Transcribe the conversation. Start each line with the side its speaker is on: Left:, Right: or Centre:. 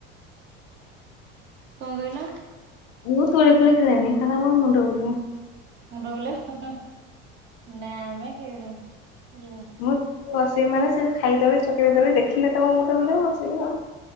Right: କଣ କହିଲ?
Left: ମୁ ଦୋଳି ଫୋଳି ଖେଳେନି ହେଡା ମ ମୁଣ୍ଡ ବୁଲାଏ।
Right: ମୁଣ୍ଡ ବୁଲେଇବ ନା ନା ଖେଳୁ ଯା
Left: ମୁଁ ବସିବି ମାନେ ସେ ଖାଇଦେଲେ ଚକେଇ ଦେଲି ଦେଖିଲେ ତ ମ ମୁଣ୍ଡ ବୁଲେଇବ ବଶିବି କଣ।